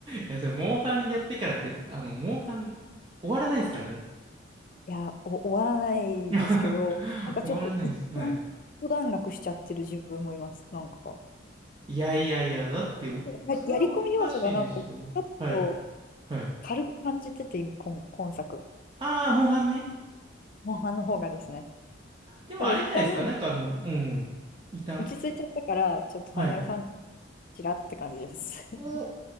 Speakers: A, on the right; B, on the left.
A: や、それ、モンハンやってからって、あの、モンハン、終わらないですからね。
B: いや、お終わらないですけど、
A: <laughs>
B: なんかちょっと一旦、
A: 終わらないです。はい。
B: 一段落しちゃってる自分もいます、なんか。
A: いやいやいや、だってお、
B: や、
A: それはおかしいでしょ。
B: やり込み要素がなんか、ちょっと
A: はい。はい。
B: 軽く感じてて、今、今作。
A: ああ、モンハンね。
B: モンハンの方がですね。
A: でもあれじゃないですか。
B: だから一旦、
A: なんかあの、うん。一旦。
B: 落ち着いちゃったから、ちょっとファイナルファンタジー
A: はい。
B: ちらって感じです。<laughs>
A: お、